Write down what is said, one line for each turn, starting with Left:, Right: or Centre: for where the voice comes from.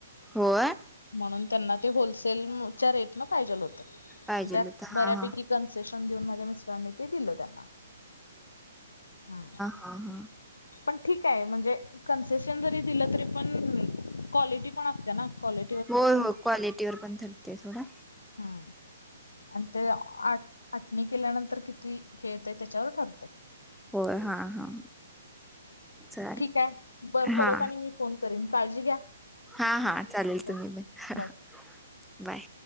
Centre: होय!
Left: म्हणून त्यांना ते होलसेलच्या रेटन पाहिजेल होत
Centre: पाहिजेल
Left: त्यात
Centre: तर
Left: बऱ्यापैकी.
Centre: हा हा
Left: कन्सेशन देऊन माझ्या मिस्टरांनी नी ते दिलं त्यांना हूं.
Centre: आहां!
Left: पण ठीक आहे म्हणजे कन्सेशन जरी दिलं तरी पण क्वालिटी पण असते ना क्वालि
Centre: हो हो क्वालिटी वर पण थरते सोडा.
Left: हूं आणि ते आट आटणी केल्यानंतर किती? हे येतंय त्याच्यावर ठारतय.
Centre: होय हा हा चालेल
Left: ठीक आहे बर परत
Centre: हा
Left: आणि मी फोन करीन, काळजी घ्या.
Centre: हा हा चालेल तुम्ही
Left: ओके
Centre: पनं
Left: बाय
Centre: बाय.